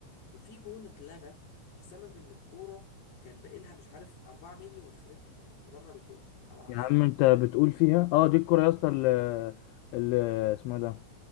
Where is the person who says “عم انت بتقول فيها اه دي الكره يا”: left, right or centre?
Left